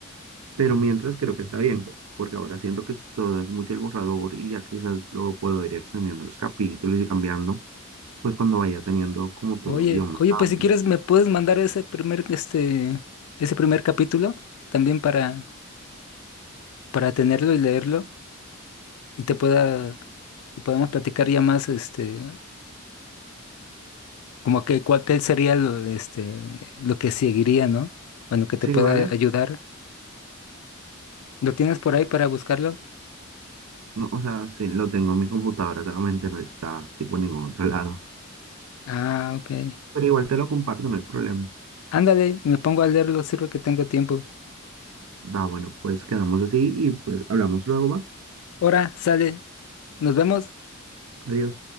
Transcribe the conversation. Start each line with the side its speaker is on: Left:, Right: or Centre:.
Right: pero mientras creo que está bien. Porque ahora siento que es- todo es mucho el borrador y ya quizás luego puedo ir extendiendo los capítulos y cambiando. pues cuando vaya teniendo como todo
Left: Oye,
Right: un guión más
Left: oye,
Right: amplio.
Left: pues si quieres me puedes mandar ese primer, este, ese primer capítulo también para, para tenerlo y leerlo y te pueda, y podemos platicar ya más, este, como que cuál que sería lo, este, lo que seguiría, ¿no? Bueno, que te
Right: Sí,
Left: pueda
Right: ¿vale?
Left: ayudar. ¿Lo tienes por ahí para buscarlo?
Right: No, o sea, sí, lo tengo en mi computadora, solamente no está tipo en ningún otro lado.
Left: Ah, ok.
Right: Pero igual te lo comparto, no hay problema.
Left: Ándale, y me pongo a leerlo los sirve que tengo tiempo.
Right: Va, bueno, pues quedamos así y pues hablamos luego, va.
Left: Ahora, sale, nos vemos.
Right: Adiós.